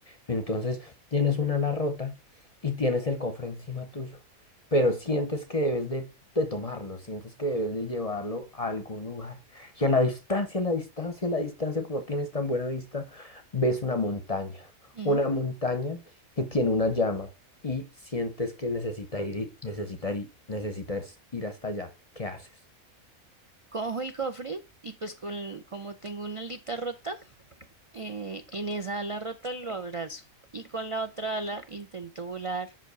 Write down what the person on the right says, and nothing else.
Ujú.
Cojo el cofre y pues con, como tengo una alita rota, Eh, en esa ala rota lo abrazo y con la otra ala intento volar